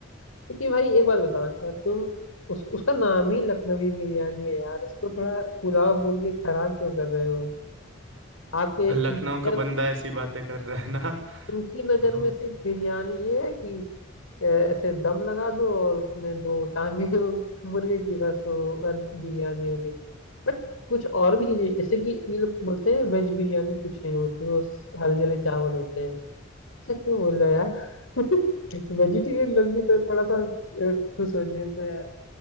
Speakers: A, on the left (about 85°); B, on the right (about 75°).
A: क्योंकि भाई एक बात बताओ अच्छा तुम उस, उसका नाम ही लखनवी बिरयानी है यार उसको थोड़ा पुलाव बोल के खराब क्यों कर रहे हो आपके
B: <laughs> लखनऊ
A: उनकी
B: का बंदा
A: नजर
B: ऐसी बातें कर रहा है ना
A: उनकी नजर
B: हाँ
A: में सिर्फ बिरयानी ये है कि ऐसे दम लगा दो और उसमें दो टांगे <laughs> हो मुर्गे की बस वो और बिरयानी हो गई बट कुछ और भी चीजें जैसे कि ये लोग बोलते हैं वेज बिरयानी कुछ नहीं होती वो स- हल्दी वाले चावल होते हैं ऐसा क्यों बोल रहे हो यार <laughs> वेजिटेरियन लोग भी तो थोड़ा सा अ, खुश हो जाते हैं यार,